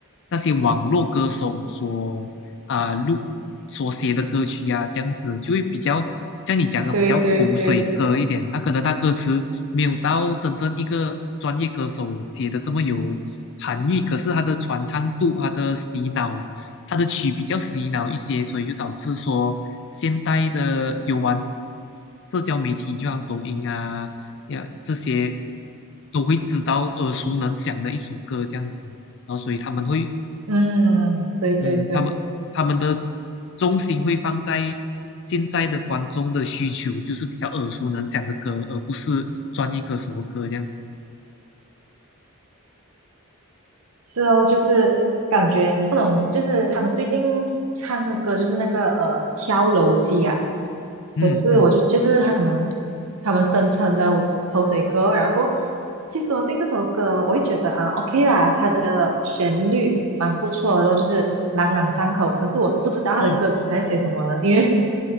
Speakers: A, on the left; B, on the right.
A: 那些网络歌手所啊、录所写的歌曲啊，这样子就会比较像你讲的比较口水歌一点。
B: 对对对，
A: 他可能他歌词没有到真正一个专业歌手写的这么有含义，可是他的传唱度、他的洗脑。它的曲比较洗脑一些，所以就导致说现代的有玩社交媒体，就像抖音啊呀这些，都会知道耳熟能详的一首歌这样子，然后所以他们会，
B: 嗯，对对对。
A: 嗯，他们他们的重心会放在现在的观众的需求，就是比较耳熟能详的歌，而不是专业歌手的歌这样子。
B: 是哦，就是感觉不懂，就是他们最近唱的歌就是那个呃《跳楼机》啊，
A: 嗯嗯
B: 可是我就就是他们他们声称的口水歌，然后其实我对这首歌我会觉得啊 OK 啦，它的旋律蛮不错的咯，就是朗朗上口，可是我不知道它的歌词在写什么了，
A: 嗯，
B: 因为